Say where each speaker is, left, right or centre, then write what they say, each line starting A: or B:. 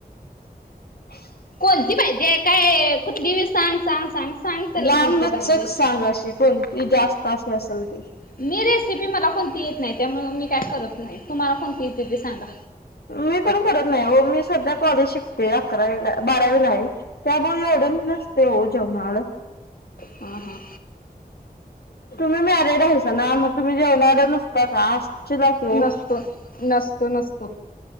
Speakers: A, on the left; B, on the left.
A: <unintelligible>
B: कोणती पाहिजे? काय कुठली बी सांग. सांग सांग सांग तरी
A: लांब-लचक
B: कोणती पाहिजे.
A: सांग अशी. कोणती जास्त अस असेल ती.
B: मी रेसिपी मला कोणती येत नाही? त्यामुळं मी काय करत नाही तुम्हाला कोणती येते ते सांगा?
A: मी पण करत नाही हो, मी सध्या कॉलेज शिकते, अकरावीला बारावीला आहे, त्यामुळे एवढं मी नसते हो जेवणाकड
B: ह हा
A: तुम्ही मॅरेड हाईसा ना? मग तुम्ही जेवकडे नसता का? असचीला की ओ.
B: नसतो, नसतो, नसतो